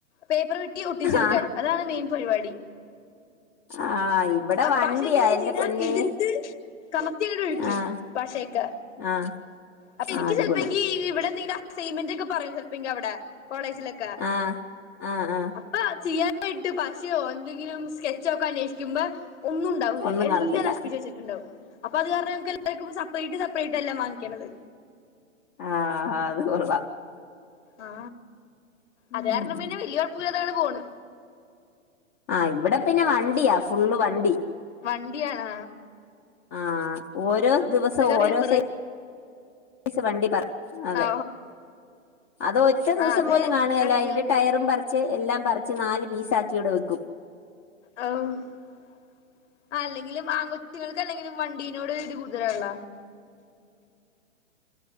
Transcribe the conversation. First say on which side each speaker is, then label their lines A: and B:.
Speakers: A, on the left; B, on the left.
A: പേപ്പറ് വെട്ടി ഒട്ടിച്ചെടുക്കൽ
B: ആഹ്
A: അതാണ് മെയിൻ പരുവാടി.
B: ആഹ് ഇവിടെ വണ്ടിയാ
A: പശേന്താറ്യോ
B: എന്റെ
A: ചെയ്യണ്
B: പൊന്നേ
A: ഇട്ത്ത് കമത്തിങ്ങ്ട് ഒഴിക്കും.
B: ആഹ്
A: പശേക്കേ
B: ആഹ്
A: അപ്പ എനിക്ക്
B: ആഹ് അടിപൊളി
A: ചെലപ്പ എങ്കി <unintelligible> ഇവിടെ എന്തെങ്കി അസൈൻമെന്റൊക്കെ പറയും. ചെലപ്പോ ഇനിക്ക് അവടെ കോളേജിലൊക്കെ
B: ആഹ് ആഹ് ആഹ്
A: അപ്പ ചിയ്യാ ആയിട്ട് പശയോ എന്തെങ്കിലും സ്കെച്ചോക്ക അന്വേഷിക്കുമ്പോ ഒന്നും ഉണ്ടാവൂല്ല.
B: ഒന്നും
A: എല്ലാം
B: കാണത്തില്ല
A: നശപ്പിച്ച് വെച്ചിട്ടുണ്ടാവും. അപ്പോ അത് കാരണം ഞങ്ങക്ക്‌ എല്ലാർക്കും പ്പ സപ്പറേറ്റ് സ ട്ടെല്ലാം വാങ്ങിക്കണത്.
B: ആ ഹാ ത് കൊള്ളാം
A: ആ അത്
B: ഉം
A: കാരണം പിന്നെ വല്യേ കൊഴപ്പൂല്ല ല്ലാതെ പോണ്
B: ആ ഇവടെ പിന്നെ വണ്ടിയാ. ഫുള്ള് വണ്ടി.
A: വണ്ടിയാണാ?
B: ആ ഓരോ ദിവസം ഓരോ
A: പേപ്പറ്
B: സൈ സ് വണ്ടി പറ അതെ
A: ആ
B: അത് ഒറ്റ ദിവസം
A: ആ അത്
B: പോലും കാണുകേല്ല.
A: അല്ലെങ്കിലും
B: അതിന്റെ ടയറും പറിച്ച് എല്ലാം പറിച്ച് നാല് പീസാക്കി ഇവിടെ വെക്കും
A: ആ അല്ലെങ്കിലും ആ കൊൊച്ചുങ്ങൾക്ക് അല്ലെങ്കിലും വണ്ടീനോട് ഇത് കൂടുതല ഉള്ള